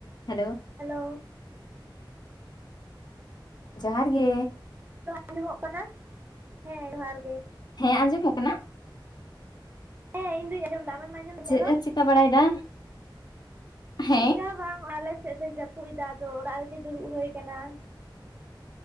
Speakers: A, on the left; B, on the right.
A: Hello
B: hello
A: ᱡᱚᱦᱟᱨ ᱜᱮ
B: ᱟᱸᱡᱚᱢᱚᱜ ᱠᱟᱱᱟ ᱦᱮᱸ ᱡᱚᱦᱟᱨ ᱜᱮ
A: ᱦᱮᱸ ᱟᱸᱡᱚᱢᱚᱜ ᱠᱟᱱᱟ?
B: ᱦᱮ ᱫᱚᱧ ᱟᱡᱚᱢᱫᱟ
A: ᱪᱮᱫ
B: ᱨᱚᱲ
A: ᱮᱢ ᱪᱤᱠᱟᱹ ᱵᱟᱲᱟᱭᱮᱫᱟ ᱦᱮᱸ
B: ᱪᱮᱠᱟ ᱦᱚᱸ ᱵᱟᱝ ᱟᱞᱮ ᱥᱮᱫ ᱫᱚ ᱡᱟᱯᱩᱫ ᱟᱫᱚ ᱚᱲᱟᱜ ᱨᱮᱜᱮ ᱫᱩᱲᱩᱵ ᱦᱳᱭ ᱠᱟᱱᱟ